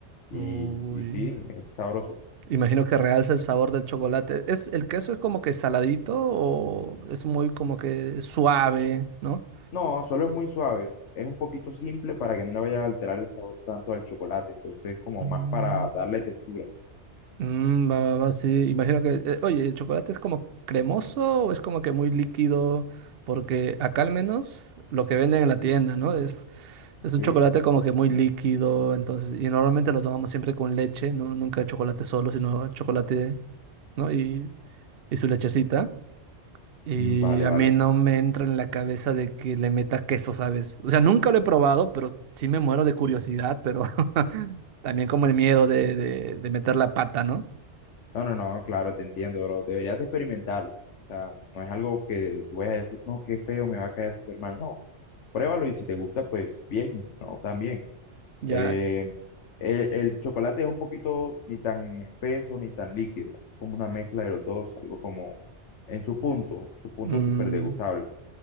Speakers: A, on the left; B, on the right.
A: Y,
B: Uy.
A: y sí, es sabroso.
B: Imagino que realza el sabor del chocolate. ¿Es, el queso es como que saladito o es muy como que suave, ¿no?
A: No, solo es muy suave. Es un poquito simple para que no le vaya a alterar el sabor tanto al chocolate. Entonces, como
B: Mm.
A: más para darle textura.
B: Mm, va, va, va, sí. Imagino que, eh, oye, ¿el chocolate es como cremoso o es como que muy líquido? Porque acá al menos lo que venden en la tienda, ¿no? Es, es un
A: Sí.
B: chocolate como que muy líquido, entonces, y normalmente lo tomamos siempre con leche, ¿no? Nunca chocolate solo, sino chocolate, ¿no? Y, y su lechecita. Y
A: Mm, Vale,
B: a
A: vale.
B: mí no me entra en la cabeza de que le meta queso, ¿sabes? O sea, nunca lo he probado, pero sí me muero de curiosidad, pero <laughs> también como el miedo de, de de meter la pata, ¿no?
A: No, no, no, claro, te entiendo, bro. Deberías de experimentarlo. O sea, no es algo que tú vayas a decir, no, qué feo, me va a caer súper mal. No. Pruébalo y si te gusta, pues bien. y Si no, también.
B: Ya,
A: Eh, el, el chocolate es un poquito ni tan espeso ni tan líquido, como una mezcla de los dos, algo como en su punto, su punto
B: mm,
A: es súper degustable,